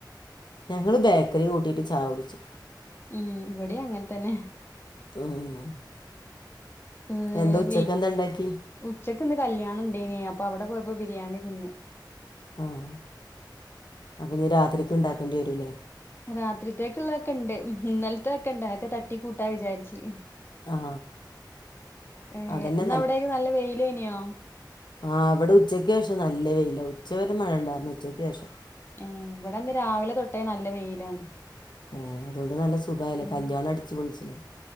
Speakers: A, on the left; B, on the left.
A: ഞങ്ങള് ബേക്കറി കൂട്ടിട്ട് ചായകുടിച്ചു.
B: ഉം ഇവിടീ അങ്ങൻതന്നെ.
A: ആഹ്
B: ഏഹ്
A: എന്താ ഉച്ചക്കെന്താണ്ടാക്കി.
B: വീ ഉച്ചക്ക് ഇന്ന് കല്ല്യാണണ്ടേനി അപ്പൊ അവിടെ പോയപ്പോ ബിരിയാണിതിന്ന്.
A: ആഹ് അപ്പൊ ഇഞ് രാത്രിക്ക് ഇണ്ടാക്കേണ്ടി വരൂല്ലെ.
B: രാത്രിത്തേക്ക് ഉള്ളൊതെക്കെണ്ട് ഇന്നല്ത്തെ ഒക്കെണ്ട് അതൊക്കെ തട്ടികൂട്ടാ വിചാരിച്ച്.
A: ആ
B: ഏഹ്
A: അതന്നെ
B: ഇന്ന് അവിടേക്കെ നല്ല വെയിലേന്യോ.
A: ആഹ് ഇവ്ടെ ഉച്ചക്ക് ശേഷം നല്ല വെയിലാ ഉച്ച വരെ മഴണ്ടായിരുന്നു ഉച്ചക്ക് ശേഷം.
B: ഏഹ് ഇവിടന്ന് രാവിലെ തൊട്ടേ നല്ല വെയിലാണ്.
A: ഏഹ് അതോണ്ട് നല്ല സുഖായിലെ
B: ഉം
A: കല്ല്യാണം അടിച്ച് പൊളിച്ചിലെ.